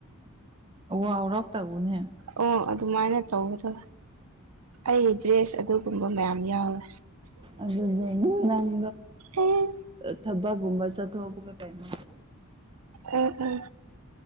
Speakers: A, on the right; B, on the right.
A: ꯋꯥ ꯍꯧꯔꯛꯇꯕꯨꯅꯦ
B: ꯑꯣ ꯑꯗꯨꯃꯥꯏꯅ ꯇꯧꯕꯗꯣ ꯑꯩꯒꯤ ꯗ꯭ꯔꯦꯁ ꯑꯗꯨꯒꯨꯝꯕ ꯃꯌꯥꯝ ꯌꯥꯎꯋꯦ
A: ꯑꯗꯨ ꯅꯪ
B: ꯑꯦ
A: ꯊꯕꯛꯒꯨꯝꯕ ꯆ ꯊꯣꯕꯒ ꯀꯥꯏꯅꯣ
B: ꯎꯝ ꯎꯝ